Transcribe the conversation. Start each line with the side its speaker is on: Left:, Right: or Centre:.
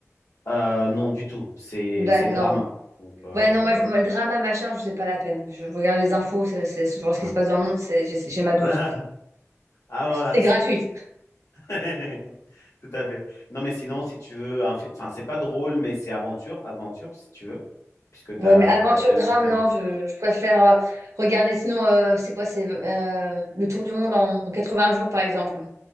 Left: Euh, non, du tout. C'est
Right: Ouais,
Left: c'est
Right: non.
Left: drama. Donc, euh,
Right: Ouais, non, moi, je- moi, le drama, machin, je sais pas la peine. Je regarde les infos, c'est c'est genre
Left: ah.
Right: ce qui se passe dans le monde, c'est- j'ai j'ai ma
Left: <laughs>
Right: dose.
Left: Ah, voilà.
Right: C'est gratuit.
Left: <laughs> Tout à fait. Non, mais sinon, si tu veux, un fi- enfin, c'est pas drôle, mais c'est aventure, aventure, si tu veux, puisque
Right: Ouais,
Left: t'as,
Right: mais aventure,
Left: t'as- t'aimes-
Right: drame,
Left: t'aimes-
Right: non, je, je préfère euh, regarder. Sinon, euh, c'est quoi? C'est euh, le tour du monde en, en vingts jours, par exemple.